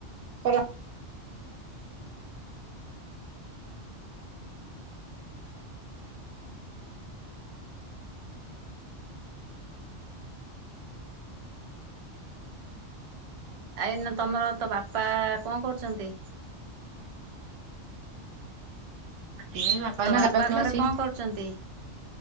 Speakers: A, on the right; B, on the right.
A: କର
B: ଆ- ଏଇନା ତମର ତ ବାପା କଣ କରୁଚନ୍ତି?
A: ଏ ବାପା
B: ତୋ
A: ନା <unintelligible>
B: ଘରେ
A: ସେ
B: କଣ କରୁଛନ୍ତି?